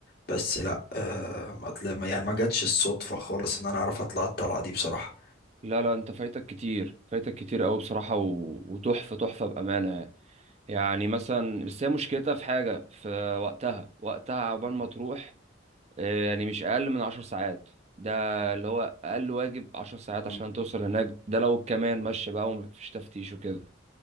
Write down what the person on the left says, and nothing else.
بس لا آه ما طلع ما- يعني ما جاتش الصدفة خالص إن أنا أعرف أطلع الطلعة دي بصراحة
مم.